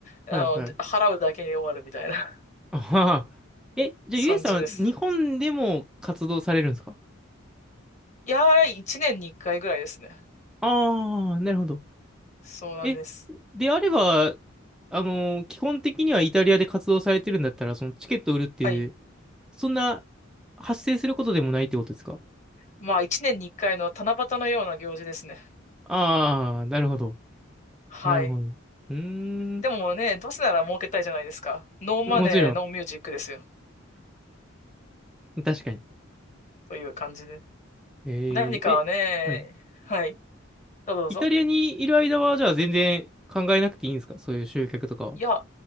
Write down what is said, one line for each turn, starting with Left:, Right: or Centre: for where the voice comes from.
Left: あの、
Centre: はいはい。
Left: 払うだけで終わるみたいな
Centre: あはは。え、
Left: <laughs>
Centre: じゃあ、
Left: 感じです。
Centre: ゆえさんは日本でも活動されるんですか
Left: いやー、1年に1回ぐらいですね。
Centre: ああー、なるほど。
Left: そうなんです。
Centre: え、であれば、あのー基本的にはイタリアで活動されてるんだったら、そのチケット売るっていう、
Left: はい。
Centre: そんな発生することでもないってことですか
Left: まあ、1年に1回の七夕のような行事ですね。
Centre: ああー、なるほど。
Left: はい。
Centre: なるほど。うーん。
Left: でもね、どうせなら儲けたいじゃないですか。ノーマネー、
Centre: もちろん。
Left: ノーミュージックですよ。
Centre: 確かに。
Left: という感じで。
Centre: え
Left: 何かね、
Centre: ー、え、はい
Left: はい。どうぞどうぞ。
Centre: イタリアにいる間は、じゃあ全然考えなくていいんですかそういう集客とかは。
Left: いや、